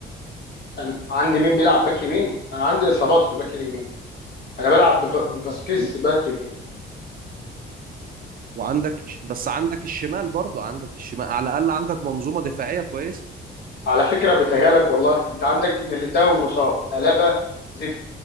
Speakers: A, on the left (about 55°); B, on the right (about 45°).
A: انا عندي مين بيلعب باك يمين انا عندي اصابات في الباك اليمين انا بلعب بف- بفاسكيز
B: و...
A: باك يمين
B: وعندك بس عندك الشمال برضو عندك الشمال على الاقل عندك منظومة دفاعية كويسة
A: على فكره بتهيالك والله انت عندك ميليتاو مصاب ألابا زفت